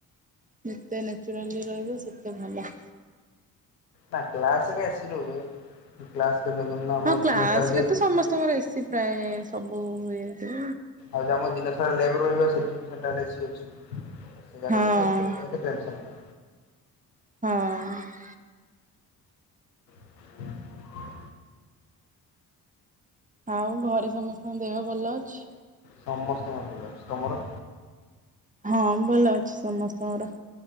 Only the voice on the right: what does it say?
ଯେତେ ନେଚୁରାଲି ରହିବ ସେତେ ଭଲ।
ହଁ କ୍ଲାସ
ରେ ତ ସମସ୍ତଙ୍କର ଏସି ପ୍ରାୟ ସବୁ ଇଏ ରେ
ହଁ
ହଁ।
ଆଉ ଘରେ ସମସ୍ତଙ୍କ ଦେହ ଭଲ ଅଛି।
ହଁ ଭଲ ଅଛି ସମସ୍ତଙ୍କର।